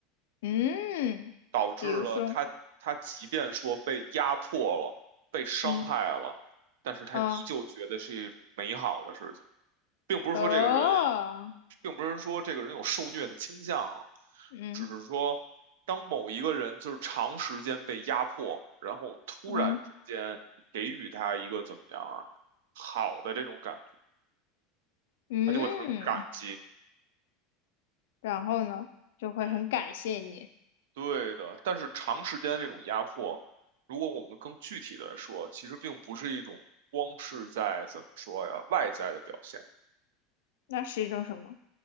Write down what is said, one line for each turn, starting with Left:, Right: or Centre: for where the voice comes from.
Left: 嗯，
Right: 导致了他他即便说被压迫了、
Left: 比如说，
Right: 被伤害了，
Left: 嗯
Right: 但是他依旧觉得是一种美好的事情。
Left: 啊
Right: 并不是说这个人，
Left: 哦，
Right: 并不是说这个人有受虐的倾向啊，
Left: 嗯
Right: 只是说当某一个人就是长时间被压迫，然后突然之间给予他一个怎么样啊，
Left: 嗯
Right: 好的这种感觉，
Left: 嗯，
Right: 他就会很感激。
Left: 然后呢，就会很感谢你，
Right: 嗯，对的。但是长时间这种压迫，如果我们更具体的说，其实并不是一种光是在怎么说呀，外在的表现。
Left: 那是一种什么？